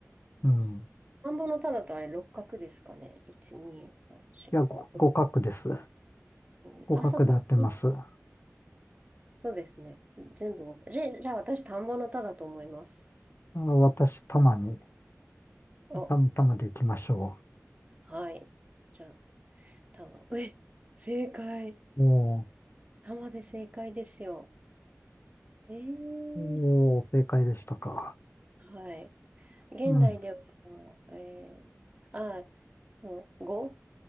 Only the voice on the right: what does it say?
田んぼのただとあれ六角ですかね。1、2、3、4、
5、6、
2、
あ、そっか。に
そうですね。全部五じゃ、じゃあ私、田んぼのただと思います。
お、
はい。じゃあ、玉。え、正解。
玉で正解ですよ。えー、
はい。現代では、
えー、あ、その語